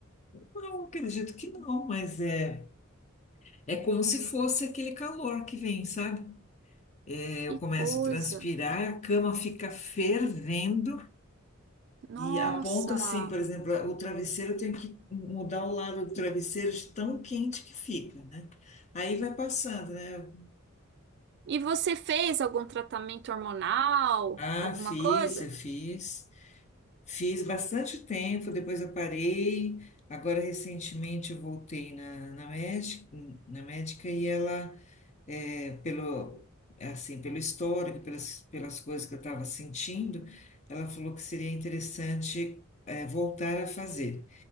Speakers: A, on the left; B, on the right.
A: Não, acredito que não, mas é, é como se fosse aquele calor que vem, sabe? É,
B: Que
A: Eu começo
B: coisa.
A: a transpirar, a cama fica fervendo
B: Nossa.
A: e aponta assim, por exemplo, o travesseiro, eu tenho que mudar o lado do travesseiro de tão quente que fica, né? Aí vai passando, né?
B: E você fez algum tratamento hormonal,
A: Ah,
B: alguma
A: fiz,
B: coisa?
A: eu fiz. Fiz bastante tempo, depois eu parei. Agora, recentemente, eu voltei na, na médica, na médica e ela, é, pelo, assim, pelo histórico, pelas, pelas coisas que eu estava sentindo, ela falou que seria interessante, é, voltar a fazer.